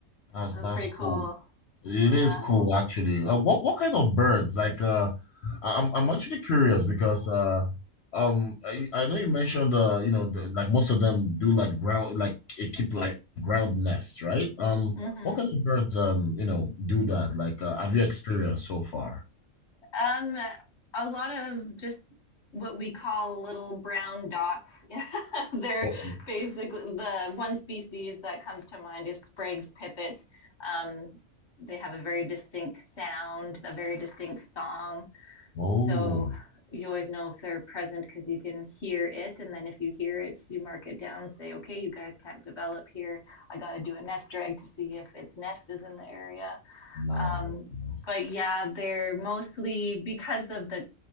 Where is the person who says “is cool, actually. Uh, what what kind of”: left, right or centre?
Left